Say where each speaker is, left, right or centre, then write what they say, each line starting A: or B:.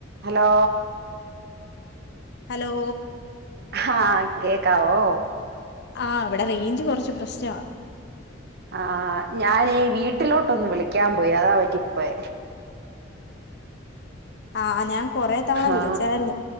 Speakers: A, on the right; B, on the left.
A: Hello
B: hello
A: ഹാ കേക്കാവോ?
B: ആ ഇവിടെ റേഞ്ച് കൊറച്ച് പ്രശ്നാ.
A: ആ ഞാനെ വീട്ടിലോട്ടൊന്ന് വിളിക്കാൻ പോയി അതാ പറ്റിപ്പോയെ
B: ആ ഞാൻ കൊറെ തവണ
A: ആ
B: വിളിച്ചായിരുന്നു.